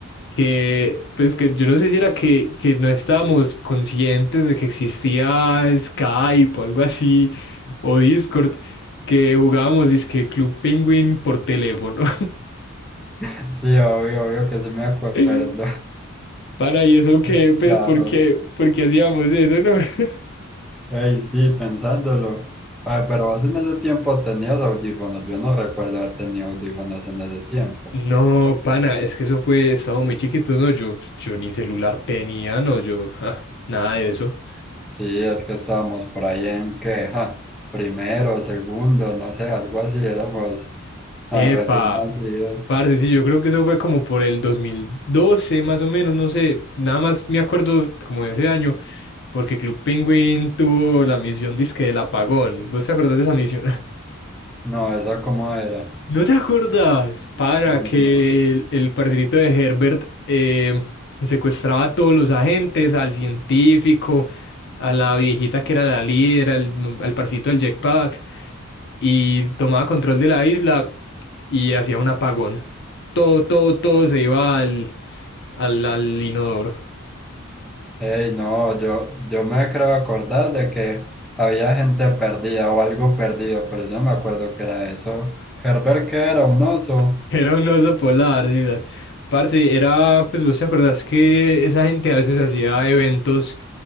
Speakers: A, on the left (about 55°); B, in the centre.
A: que, pues, que yo no sé si era que, que no estábamos conscientes de que existía Skype o algo así, o Discord, que jugábamos disque Club Penguin por teléfono.
B: <laughs> Sí, obvio, obvio que sí me acuerdo.
A: <laughs> Para, y eso que,
B: <laughs>
A: pues,
B: Charros.
A: ¿por qué, por qué hacíamos eso, no? <laughs>
B: Ey, sí, pensándolo. Ah, pero vos en ese tiempo tenías audífonos. Yo no recuerdo haber tenido audífonos en ese tiempo.
A: No, pana, es que eso fue, estaba muy chiquito, no, yo, yo ni celular tenía, no, yo, <laughs> ja, nada de eso.
B: Sí, es que estábamos por ahí en que, ja, primero, segundo, no sé, algo así. Éramos
A: Epa,
B: ah, recién nacidos.
A: parce, sí, yo creo que eso fue como por el 2012, más o menos, no sé, nada más me acuerdo como de ese año, porque Club Penguin tuvo la misión disque del apagón, ¿vos te acordás de esa misión?
B: No, eso cómo era.
A: ¿No te acuerdas, para
B: No, no.
A: que
B: no.
A: el, el parcerito de Herbert eh, secuestraba a todos los agentes, al científico, a la viejita que era la líder, al, al parcito del jetpack, y tomaba control de la isla y hacía un apagón? Todo, todo, todo se iba al, al, al inodoro.
B: Ey, no, yo, yo me creo acordar de que había gente perdida o algo perdido, pero yo no me acuerdo que era eso. Herbert que era un oso.
A: <laughs> Era un oso polar, Didas. Parce, era, pues vos te acordás que esa gente a veces hacía eventos